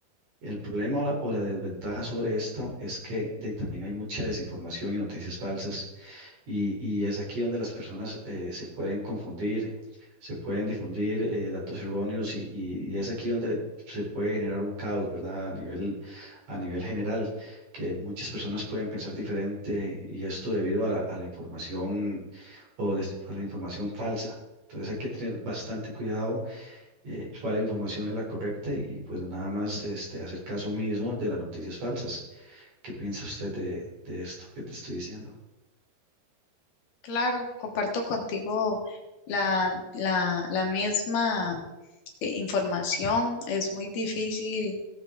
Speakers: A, on the right; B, on the left.
A: El problema o la, o la desventaja sobre esto es que de- también hay mucha desinformación y noticias falsas. Y, y es aquí donde las personas eh, se pueden confundir, se pueden difundir eh, datos erróneos y, y- y es aquí donde se puede generar un caos, ¿verdad? A nivel, a nivel general, que muchas personas pueden pensar diferente y esto debido a la, a la información o des- a la información falsa. Entonces hay que tener bastante cuidado eh, cuál información es la correcta y pues nada más este, hacer caso mismo de las noticias falsas. ¿Qué piensa usted de, de esto que te estoy diciendo?
B: Claro, comparto contigo la, la, la misma eh, información. Es muy difícil